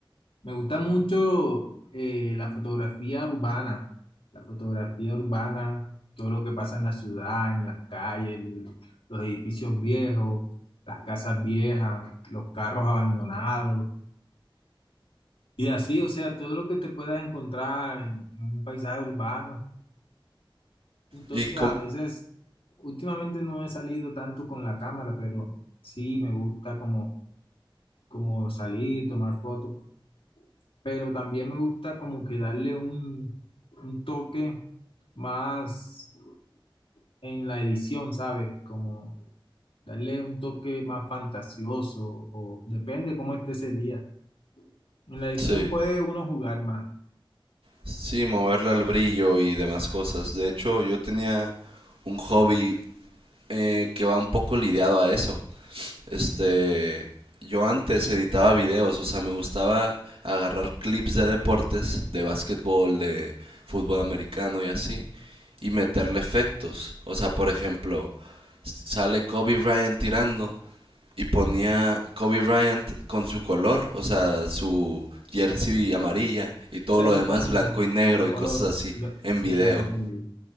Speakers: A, on the left; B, on the right.
A: Me gusta mucho eh, la fotografía urbana, la fotografía urbana, todo lo que pasa en la ciudad, en las calles, el- los edificios viejos, las casas viejas, los carros abandonados Y así, o sea, todo lo que te puedas encontrar en, en un paisaje urbano. Entonces,
B: Y com
A: a veces, últimamente no he salido tanto con la cámara, pero sí me gusta como, como salir, tomar fotos, pero también me gusta como que darle un, un toque más en la edición, ¿sabes? Como darle un toque más fantasioso, o depende cómo esté ese día. En la edición
B: sí,
A: puede uno jugar más.
B: sí, moverle al brillo y demás cosas. De hecho, yo tenía un hobby eh, que va un poco lidiado a eso. Este, yo antes editaba videos, o sea, me gustaba agarrar clips de deportes, de básquetbol, de fútbol americano y así, y meterle efectos. O sea, por ejemplo, sale Kobe Bryant tirando y ponía Kobe Bryant con su color, o sea, su jersey amarilla y todo
A: O sea,
B: lo
A: en,
B: demás
A: en-
B: blanco y negro
A: a color.
B: y cosas así
A: Lo-
B: en
A: sí,
B: video.
A: ya entendí.